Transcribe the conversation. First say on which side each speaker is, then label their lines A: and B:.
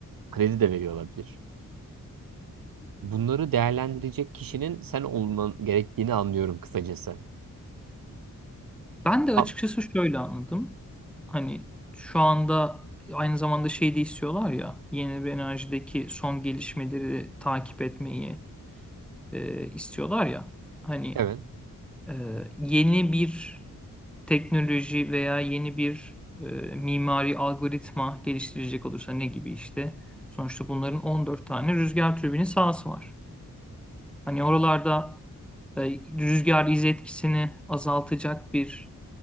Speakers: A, on the right (about 80°); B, in the centre.
A: kredi de veriyor olabilir. Bunları değerlendirecek kişinin sen olman gerektiğini anlıyorum kısacası.
B: Ben de açıkçası
A: A-
B: şöyle anladım. Hani şu anda aynı zamanda şey de istiyorlar ya. Yenilenebilir enerjideki son gelişmeleri takip etmeyi e, istiyorlar ya. Hani
A: Evet.
B: e, yeni bir teknoloji veya yeni bir e, mimari algoritma geliştirecek olursa ne gibi işte. Sonuçta bunların 14 tane rüzgar türbini sahası var. Hani oralarda e, rüzgar iz etkisini azaltacak bir